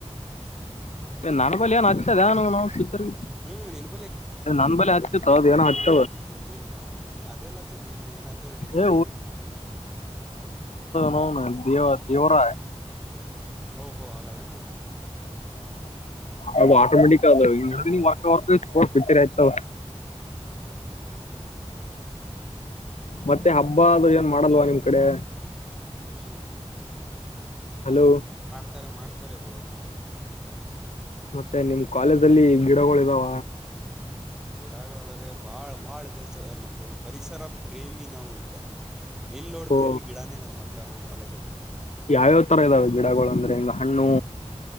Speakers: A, on the left (about 85°); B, in the centre.
A: ನನ್ ಬಳ
B: ಅದೇ
A: ಏನ್ ಹಚ್ಚದ
B: ಇಲ್ಲ
A: ಏ ನಾವು ಪಿಚರ್
B: ಹ್ಮ್ ನಿನ್
A: ನನ್ ಬಳ ಹಚ್ಚತ ಏನ ಹಚ್ಚ
B: ಹ್ಮ ನೀನ್ ಅದೆಲ್ಲ ಹತ್ತರಿರಿ ಏನ್ ಹತ್ತದ್ರೀ ನಿಂಬಲ್ಲಿ
A: ಏ ನ ದೇವ ದೇವ್ರ
B: ಓ ಹೋ ಆಗದೆನು
A: ಅದು ಆಾಟೋಮೇಟಿಕ್ ಅದು ವರ್ ವರ್ಿರ್ ಆಯ್ತಾವ
B: ಓ ಹಿಂಗದೇನದು ಹೌದೌದು
A: ಮತ್ತೆ ಹಬ್ಬ
B: ಬ್ರೋ
A: ಅದು
B: ಓಕೆ
A: ಏನ್ ಮಾಡಲ್ವಾ ನಿಮ್ ಕಡೆ
B: ಹ್ಮ್
A: ಹಲೋ
B: ತಾರೆ ಮಾಡ್ತಾರೆಬ್ರು
A: ಮತ್ತೆ ನಿಮ್ ಕಾಲೇಜ ಅಲ್ಲಿ ಗಿಡಗಳ ಇದಾವ
B: ಗಿಡಳ್ರ ಬಾಳ್ ಬಾಳ ಇದೆ ಸ ನಮ್ಮಲ್ಲಿ ಪರಿಸರ ಪ್ರೇಮಿ ನಾವು ಈಗ ಎಲ್ಲಿ ನೋಡ್ತ
A: ಓ
B: ಅಲ್ಲಿ ಗಿಡನೇ ನಮ್ಮ ಹತ್ರ ನಮ್ಮ ಕಾಲೇಜಲ್ಲಿ
A: ಯಾವ್ಯಾವ್ ತರ ಇದಾವೆ ಗಿಡಗಳು ಅಂದ್ರೆ ಹಿಂಗ ಹಣ್ಣು